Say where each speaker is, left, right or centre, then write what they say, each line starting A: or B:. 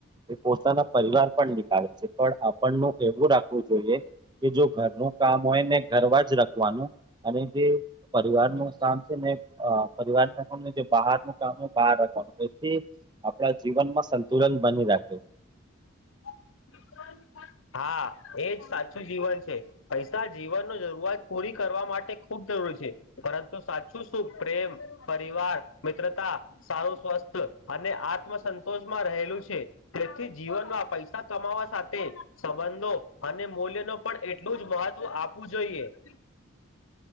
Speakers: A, on the right; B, on the left.
A: એ પોતાના પરિવાર પણ નીકળે છે પણ આપણનું એવું રાખવું જોઈએ કે જો ઘરનું કામ હોય ને ઘરવા જ રખવાનું જે પરિવાર નું કામ છે ને પરિવાર તને જે બહાર નું કામ હોય બહાર એથી આપણા જીવનમાં સંતુલન બની રાખે
B: બ હા એજ સાચું જીવન છે પૈસા જીવન ન જરૂરઆત પૂરી કરવા માટે ખુબ રી છે પરંતુ સાચું શું પ્રેમ પરિવાર મિત્રતા સારું સ્વસ્થ અને આત્મસંતોષમાં રહેલું છે તેથી જીવનમાં પૈસા ૈ કમાવા સાથે સંબંધો અને મૂલ્ય ન પણ એટલું જ મહત્વ આપવું જોઈએ <inaudible>